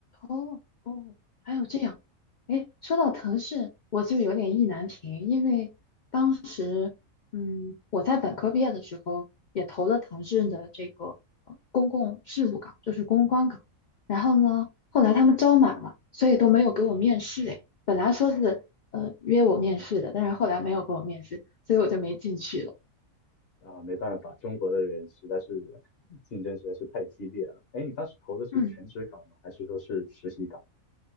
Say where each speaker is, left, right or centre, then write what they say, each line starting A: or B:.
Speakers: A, on the left; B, on the left.
A: 哦哦，还有这样，哎，说到腾讯，我就有点意难平，因为当时，嗯，我在本科毕业的时候也投了腾讯的这个呃公共事务岗，就是公关岗，然后呢，后来他们招满了，所以都没有给我面试，哎，本来说是呃约我面试的，但是后来没有给我面试，所以我就没进去了。
B: 啊，没办法，中国的人实在是 <laughs> 竞争实在是太激烈了。哎，你当时投的是全职岗吗？
A: 嗯。
B: 还是说是实习岗？